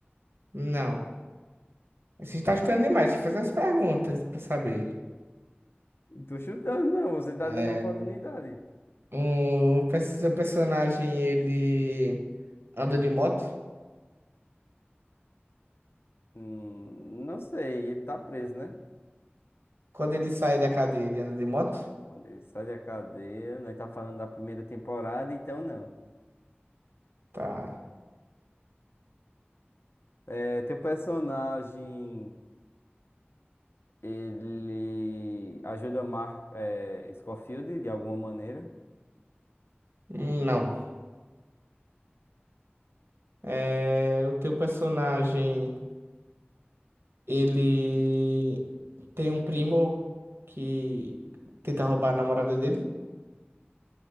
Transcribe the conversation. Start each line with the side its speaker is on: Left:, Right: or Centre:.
Right: não. Você está estudando demais, deixa eu fazer as perguntas pra saber.
Left: Tô chutando, não. Você tá
Right: É,
Left: dando uma oportunidade.
Right: o, perso- seu personagem, ele Anda de moto?
Left: Hum, não sei, ele tá preso, né?
Right: Quando ele sai da cadeia, ele anda de moto?
Left: Quando ele sai da cadeia, nós tá falando da primeira temporada, então não.
Right: Tá.
Left: É, teu personagem, ele ajuda Mark, é, Scofield de alguma maneira?
Right: Hum, Não. É, o teu personagem, ele tem um primo que tenta roubar a namorada dele?